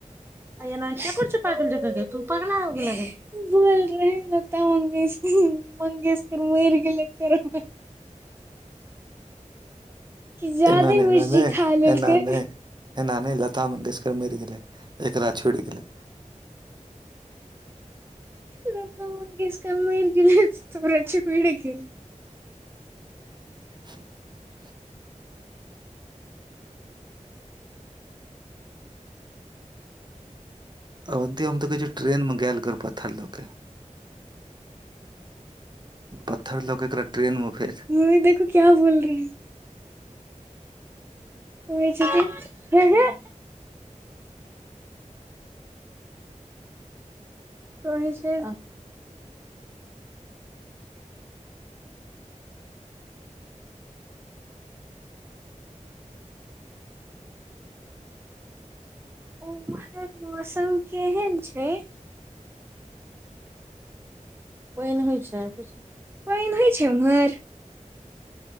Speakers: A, on the right; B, on the right.
A: अ न प छै पगल छै बग तू पग नहि लगै बोलि रहै लता मंगेश मंगेशकर मरि गेलै कर ज्यादे
B: एना नै
A: मिर्ची
B: एना नै
A: खा लेलकै
B: एना नै एना न लता मंगेशकर मरि गेले एकरा छुटि गेले
A: ल तऽ मंगेस कर मर गेल तरा छै भी
B: <inaudible> अवन्ती हम तऽकहियो ट्रेनमे गेल कर पत्थर लऽ केऽ पत्थर लऽ के एकरा ट्रेनमे फेर
A: मम्मी देखो क्या बोल रहे हैं हो <unintelligible> कह छै उहर मौसम केहन छै पानि होइ छै पानि होइ छै उम्हर